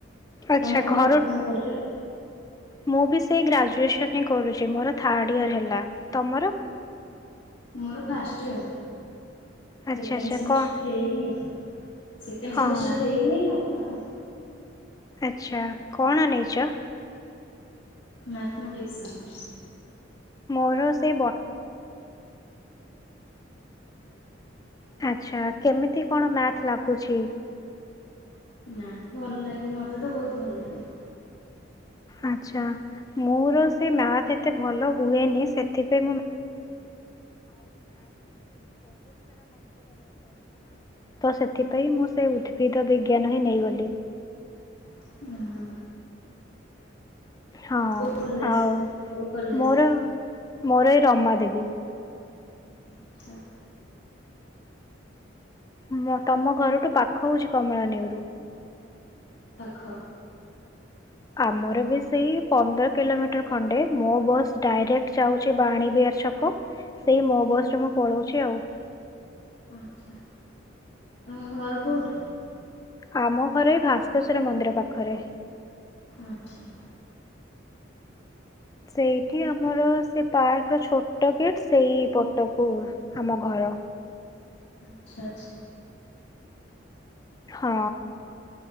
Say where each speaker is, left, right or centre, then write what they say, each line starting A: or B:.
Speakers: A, on the left (about 20°); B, on the left (about 65°).
A: ଆଚ୍ଛା
B: ତମେ କଣ
A: ଘର
B: ପଢ଼ା ପଢୀ କରିଛ?
A: ମୁଁ ବି ସେଇ ଗ୍ରାଜୁଏସନ ହିଁ କରୁଚି ମୋର ଥାର୍ଡ ଇଅର ହେଲା ତମର
B: <inaudible> ମୋର ଫାଷ୍ଟ ଇୟର।
A: ଆଚ୍ଛା
B: ସେକେଣ୍ଡ
A: ଆଚ୍ଛା
B: ସେମିଷ୍ଟର
A: କଣ
B: ହେଇନି ସେକେଣ୍ଡ
A: ହଁ
B: ସେମିଷ୍ଟର ହେଇନି ହ ୱାଓ <inaudible>
A: ଆଛା କଣ ନେଇଛ?
B: Mathematics honours.
A: ମୋର ସେ ଆଛା କେମିତି କଣ ମ୍ୟାଥ ଲାଗୁଛି?
B: ମ୍ୟାଥ ଭଲ ଲାଗେ। ମତେ ତ ବହୁତ ଭଲ ଲାଗେ।
A: ଆଛା, ମୋର ସେ ମ୍ୟାଥ ଏତେ ଭଲ ହୁଏନି ସେଥି ତ ସେଥିପାଇଁ ମୁଁ ସେ ଉଦ୍ଭିଦ ବିଜ୍ଞାନ ହିଁ ନେଇଗଲି।
B: ହୁଁ
A: ହଁ
B: କୋଉ କଲେଜ
A: ଆଉ
B: କୋଉ କଲେଜ?
A: ମୋର ମୋର ଏଇ ରମା ଦେବୀ।
B: ଆଛା।
A: ମୁଁ ତମ ଘରଠୁ ପାଖ ହଉଛି କମଳାନେଉରୁ।
B: ଖ।
A: ଆମର ବି ସେଇ ପନ୍ଦର କିଲୋମିଟର ଖଣ୍ଡେ ।ମୋ ବସ ଡାଇରେକ୍ଟ ଯାଉଛି ବାଣୀ ବିହାର ଛକ ସେଇ ମୋ ବସ ରେ ମୁଁ ପଳଉଛି ଆଉ।
B: ଆଛା ତମ ଘର କୋଉଠି?
A: ଆମ ଘର ଏଇ ଭାସ୍କେଶ୍ଵର ମନ୍ଦିର ପାଖରେ।
B: ଆଚ୍ଛା।
A: ସେଇଠି ଆମର ସେ ପାର୍କ ପୁରା ଛୋଟ ଗେଟ ସେଇ ପଟକୁ ଆମ ଘର।
B: ଆଚ୍ଛା ଆଚ୍ଛା।
A: ହଁ